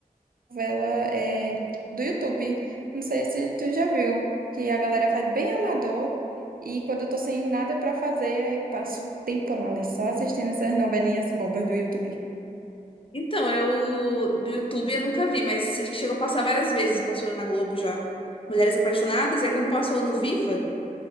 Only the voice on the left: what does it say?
Então, eu do YouTube eu nunca vi, mas acho que chegou a passar várias vezes, passou na Globo já. Mulheres Apaixonadas, aí quando passou no Viva,